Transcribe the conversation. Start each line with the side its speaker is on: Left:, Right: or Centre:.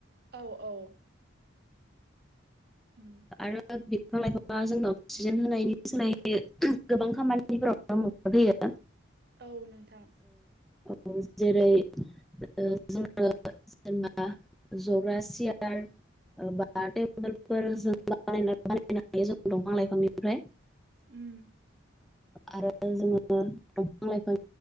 Right: औ औ उम
Centre: आरो द बिफां लाइफांा जोंनो अक्सिजेन होनायनि सोलाय गोबां खामानिफोराव द होयो
Right: औ नोंथां
Centre: औ जेरै जोङो जेनेबा जग्रा सियार <unintelligible>
Right: उम
Centre: आरो जोङो दंफां लाइफां